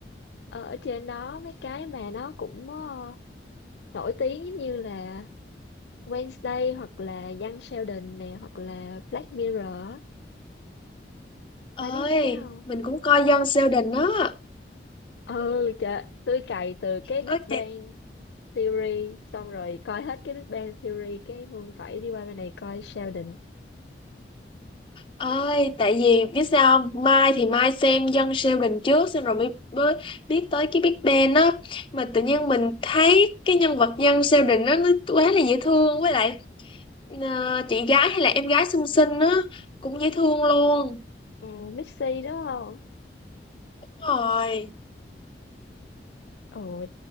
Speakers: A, on the left (about 75°); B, on the left (about 30°).
A: ở trên đó mấy cái mà nó cũng ờ, nổi tiếng giống như là Wednesday hoặc là Young Sheldon nè hoặc là Black Mirror á.
B: Ơi,
A: Mai biết mấy cái đó không?
B: mình cũng coi Dân Sheldon á.
A: Ừ trời tôi cày từ cái Big
B: Ơi,
A: Bang
B: chị...
A: Theory xong rồi coi hết cái Big Bang Theory cái Hương phải đi qua bên này coi Sheldon
B: Ơi, tại vì biết sao không? Mai thì Mai xem Dân Sheldon trước xong rồi mới, mới biết tới cái Big Bang á. Mà tự nhiên mình thấy cái nhân vật Dân Sheldon á nó quá là dễ thương với lại ờ, chị gái hay là em gái xinh xinh á cũng dễ thương luôn.
A: à, Missy đúng không?
B: Đúng rồi.
A: Ồ,